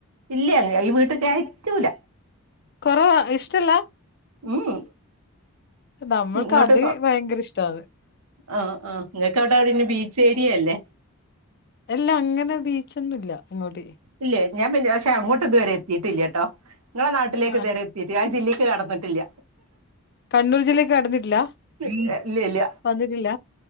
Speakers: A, on the right; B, on the left.
A: ഇല്ല്യ ഈ വീട്ടി കയറ്റൂല
B: കൊറവാ ഇഷ്ടല്ല
A: ഉം
B: നമ്മൾക്ക്
A: ഇങ്ങോട്ട്
B: അത് ഭയങ്കര ഇഷ്ടാണ്
A: ആഹ് ആഹ് ഇങ്ങക്ക് അവിടെ പിന്നെ ബീച്ച് ഏരിയല്ലേ?
B: എല്ലാ അങ്ങനെ ബീച്ചൊന്നുല്ല അങ്ങോട്ട്
A: ഇല്ലേ ഞാൻ പിന്നെ പക്ഷെ അങ്ങോട്ട് ഇതുവരെ എത്തിയിട്ടില്ല ട്ടോ ഇങ്ങളെ നാട്ടിലേക്ക്
B: ആഹ്
A: ഇതുവരെ എത്തിയിട്ട് ആ ജില്ലേ ക്ക് കടന്നിട്ടില്ല
B: കണ്ണൂർ ജില്ലക്ക് കടന്നിട്ടില്ല
A: ഇല്ല ഇല്ല
B: വന്നിട്ടില്ല